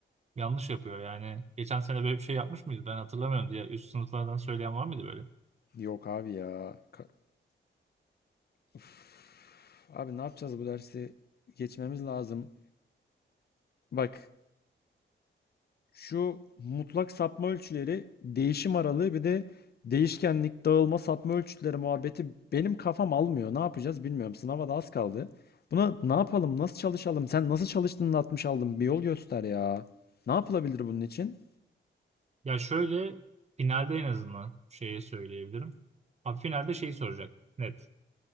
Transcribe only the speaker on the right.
Yanlış yapıyor yani. Geçen sene böyle bir şey yapmış mıydı? Ben hatırlamıyorum diye üst sınıflardan söyleyen var mıydı böyle?
Ya şöyle finalde en azından şeye söyleyebilirim. Abi finalde şeyi soracak. Net.